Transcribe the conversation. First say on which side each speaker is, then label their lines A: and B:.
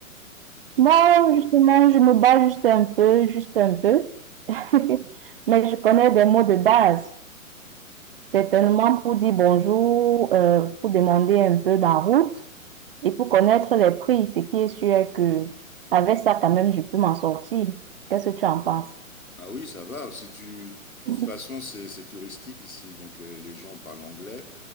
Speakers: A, on the right; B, on the left.
A: Non, justement, je me bats juste un peu, juste un peu. <laughs> Mais je connais des mots de base. Certainement pour dire bonjour, euh, pour demander un peu la route et pour connaître les prix. Ce qui est sûr est que avec ça, quand même, je peux m'en sortir. Qu'est-ce que tu en penses?
B: Ah oui, ça va. Si tu, de toute
A: <laughs>
B: façon, c'est c'est touristique ici, donc les, les gens parlent anglais.